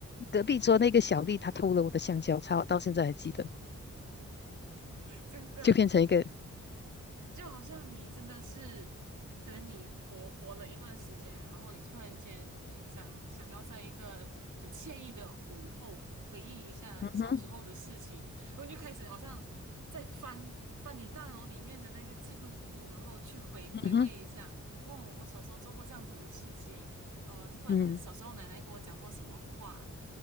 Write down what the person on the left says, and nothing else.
隔壁桌那个小丽她偷了我的香蕉，她到现在还记得。
就变成一个，
嗯哼，
嗯哼，
嗯，